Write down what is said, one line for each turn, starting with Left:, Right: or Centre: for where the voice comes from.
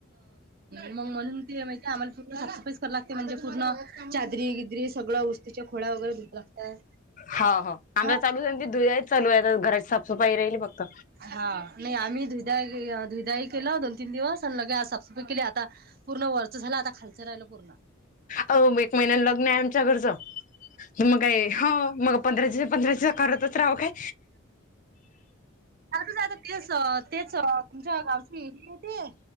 Right: मग म्हणून ते माही काय आम्हाला पूर्ण साफसफाईच करायला लागते म्हणजे पूर्ण चादरी गिदरी सगळं ऊस्तीच्या खुळ्या वगैरे धुया लागतात.
Left: हो हो आमचं चालूच आहे ते धुयाच चालू आहे आता घराची साफसफाई राहीली फक्त
Right: हा नाही आम्ही धुदा धुदाई केलं दोन तीन दिवस आणि लगे आज साफसफाई केली आता. पूर्ण वरच झालं आता खालचं राहिलं पूर्ण.
Left: अ म एक महिन्यात लग्न आहे आमच्या घरच मग काय हो मग पंधरा दिवसा- पंधरा दिवसा करतच रहाव काय.
Right: आ करतच रहायचं तेच तेच तुमच्या गावची हिडी होती.